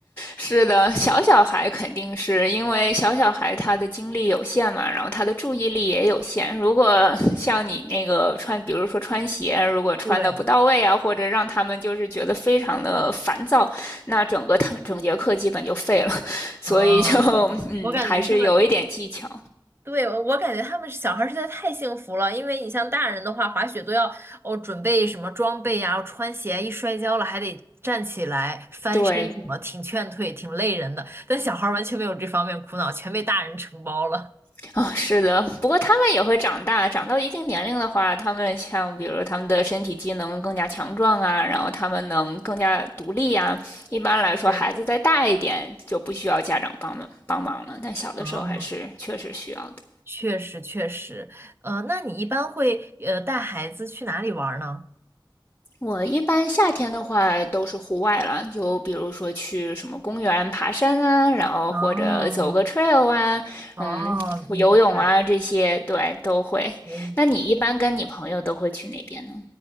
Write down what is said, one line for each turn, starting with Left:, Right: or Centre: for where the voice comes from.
Left: 是的，小小孩肯定是因为小小孩他的精力有限嘛，然后他的注意力也有限。如果 <laughs> 像你那个穿，比如说穿鞋，如果穿的不到位啊，
Right: 对，
Left: 或者让他们就是觉得非常的烦躁，那整个堂整节课基本就废了。<laughs> 所以就
Right: 啊，
Left: <laughs> 嗯，
Right: 我感觉他们
Left: 还是有一点技巧。
Right: 对，我我感觉他们小孩儿实在太幸福了，因为你像大人的话，滑雪都要哦准备什么装备呀、穿鞋，一摔跤了还得站起来翻身什么，
Left: 对，
Right: 挺劝退，挺累人的。但小孩儿完全没有这方面苦恼，全被大人承包了。
Left: <laughs> 哦，是的，不过他们也会长大，长到一定年龄的话，他们像比如他们的身体机能更加强壮啊，然后他们能更加独立啊。一般来说，
Right: 确实
Left: 孩子再大一点就不需要家长帮忙帮忙了，但小的时候还是确实需要的。
Right: 哦，确实确实，呃，那你一般会呃带孩子去哪里玩儿呢？
Left: 我一般夏天的话都是户外了，就比如说去什么公园爬山啊，然后或者走个
Right: 哦
Left: trail 啊，
Right: 哦，
Left: 嗯，
Right: 明白，
Left: 游泳啊这些，对，都会。
Right: 可以。
Left: 那你一般跟你朋友都会去哪边呢？